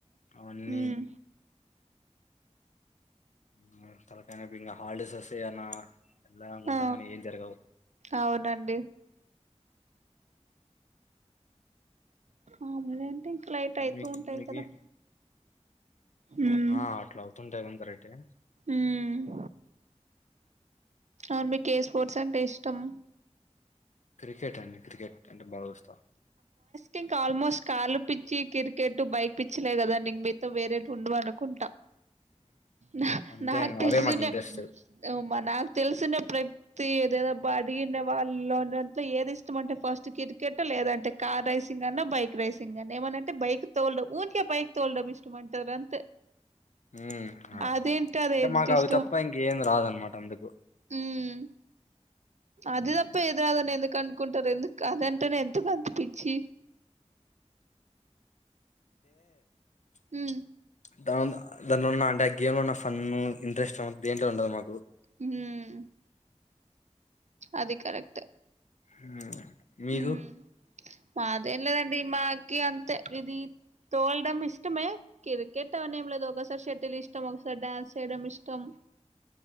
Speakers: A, on the left; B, on the right.
A: అవన్నీ
B: మ్
A: హు తలకయి నోప్పి ఇంగ హాల్ డేస్ వొస్తయన లాగుంటామని
B: ఆ
A: ఏం జరగవ్
B: అవునండి ఆమ్ లెన్ టీంక్ లేటయితూ
A: మీకు
B: ఉంటాయి
A: మీకే
B: కదా మ్
A: ఆ అట్లా అవ్ తుంటాయి గాని కరక్టే
B: ఉమ్ ఔన్ మీ కేస్ ఫోట్స్ అంటే ఇష్టం
A: క్రికెట్ అండి క్రికెట్ అంటే బావ్ విస్త
B: థింక్ ఆల్ మోస్ట్ కాల్ పిచ్చి కిర్ కేట్ బైక్ పిచ్చిలే గదండి మీ తవ్ వేరే టుండువన్ అనుకుంటా నా
A: అంతే
B: నాక్
A: అండి,
B: తెల్
A: అవే
B: సున
A: మాకు ఇంట్రెస్ట్
B: ఓమ్మ్ నాక్ తెల్ సునప్ ప్రబ్ తీ ఏదద బాడ్ గిన వాల్ లోన ట్లు ఎదిష్ తుమంటే ఫస్ట్ కిర్ కేటు లేదంటే కార్ రైసింగన్నా బైక్ రేసింగన్నా ఏమన్నంటే బైక్ తొల్ డమ్ ఉన్ కే బైక్ తోల్ డమ్ ఇష్టమంటర్ అంతే
A: ఉమ్ ఆ
B: అదేంటి అదేంటి
A: అంటే మాక్
B: ఇష్టం
A: అవి తప్ప ఇంకేం రాదన్ మాట అందుకు
B: ఉమ్ అదిదప్ప
A: ఉమ్.
B: ఏద్ రాదన్ ఎందుక్ కన్ కుంటారు ఎందుకా ఆదంటనే ఎందుకంత పిచ్చి ఉమ్
A: దాన్ దా దన్ లో ఉన్న అంటే గేమ్ లో ఉన్న ఫన్ను ఇంట్రెస్టన్ దేంట్లో ఉండదు మాకు
B: ఊహ్మ్ అది కరక్ట్
A: ఉమ్ మీకు
B: ఉమ్ మాదేన్ లెదండి మాకి అంతే లీది తోల్ డమ్ ఇష్టమే కిరీకేటన్ ఎమ్ లేదు ఒకసారి షెటిల్ ఇష్టం ఒకసారి డ్యాన్స్ చేయడం ఇష్టం